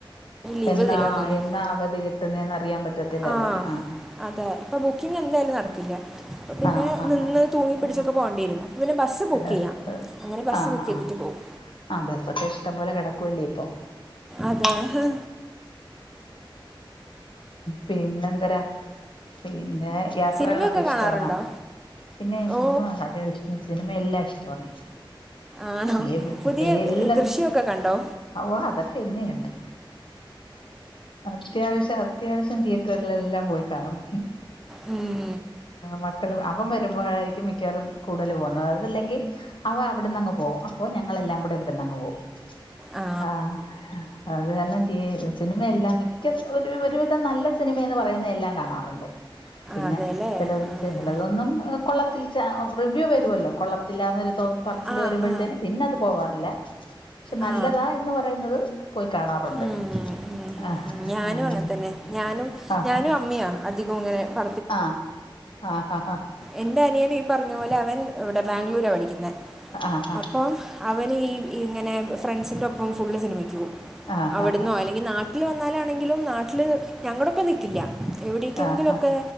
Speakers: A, in the centre; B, on the left (about 65°).
A: ലീവ്
B: എന്നാ
A: തരാമെന്നൊന്നും
B: എന്നാ അവധി കിട്ടുന്നേ അറിയാൻ പ റ്റത്തില്ലല്ലേ
A: ആ
B: ആഹ്
A: അതെ ഇപ്പ ബുക്കിംങ്ങ് എന്തായാലും നടക്കില്ല പിന്നെ
B: ആഹ് ആഹ്
A: നിന്ന് തൂങ്ങിപ്പിടിച്ചൊക്കെ
B: ആഹ്
A: പോണ്ടിരും പിന്നെ ബസ്സ് ബുക്ക്
B: ആഹ്
A: ചെയ്യാം അങ്ങനെ ബസ്സ്
B: ആഹ്
A: ബുക്ക് ചെയ്തിട്ട്
B: ആഹ്
A: പോവും
B: ആഹ് ബസൊക്കെ ഇഷ്ടം പോലെ കെടക്കുല്ലേ ഇപ്പൊ
A: അതെ ഹ
B: പിന്നെ എന്തരാ പിന്നെ യാത്രകളൊക്കെ
A: സിനിമയൊക്കെ
B: ഇഷ്ടവാണോ
A: കാണാറുണ്ടോ
B: പിന്നെ
A: ഓ
B: സിനിമ അത് സിനിമ എല്ലാം ഇഷ്ടവാണ്
A: ആണോ
B: ഗേ
A: പുതിയ
B: എല്ല
A: ഏഹ്, ദൃശ്യമൊക്കെ കണ്ടോ
B: ഓ അതൊക്കെ എന്നെയുണ്ട് ആഹ് അത്യാവശ്യ അത്യാവശ്യം തിയേറ്ററുകളിലെല്ലാം പോയി കാണും
A: ഉം
B: മക്കള് അപ്പം വരുമ്പോഴായിരിക്കും മിക്കവറും കൂടുതൽ പോകുന്നത് അതല്ലെങ്കിൽ അവ അവിടന്ന്ങ്ങ് പോകും അപ്പോ ഞങ്ങളെല്ലാം കൂടെ ഇവിടന്ന്ങ്ങ് പോകവും
A: ആ
B: ആഹ് അത് കാരണം സിനിമ എല്ലാം മി ഒരു ഒരുവിധം നല്ല സിനിമയന്ന് പറയുന്ന എല്ലാം കാണാറുണ്ട് പിന്നെ
A: അതെല്ലേ
B: ച ചെല
A: ആഹാ.
B: ചെലതൊന്നും കൊള്ളത്തിൽ ച്ച ഓ റിവ്യൂ വരുവല്ലോ കൊള്ളത്തില്ലാന്നരു തോ പറച്ചില്
A: ആ
B: വരുമ്പോഴതിന്
A: ആ
B: പിന്നെ അത് പോവാറില്ല പക്ഷെ നല്ലതാ
A: ആ
B: എന്ന് പറയുന്നത് പോയി കാണാറുണ്ട്
A: ഉം, ഉം, ഉം,
B: ആഹ്
A: ഉം. ഞാനും
B: ആം
A: അങ്ങനെ തന്നെ ഞാനും
B: ആഹ്
A: ഞാനും
B: ആഹ്
A: അമ്മയാ അധികം ഇങ്ങനെ പ
B: ആഹ് ആഹ് ഹഹ ഹാ
A: എൻന്റെ അനിയെ ന് പറഞ്ഞ പോലെ അവൻ ഇവിടെ ബാംഗ്ലൂര പഠിക്കുന്ന
B: ആ ആ
A: അപ്പം അവന് ഈ ഇങ്ങനെ ഫ്രണ്ട്സിൻന്റെറെ ഒപ്പം ഫുള്ള് സിനിമയ്ക്ക് പോവും
B: ആഹ്
A: അവിടന്നോ
B: ആഹ്
A: അല്ലെങ്കിൽ ന ട്ടില് വന്നാലാണെങ്കിലും നാട്ടിൽ ഞങ്ങളപ്പം നിക്കില്ല എവിടേക്കെങ്കിലുംക്കെ
B: ആഹ്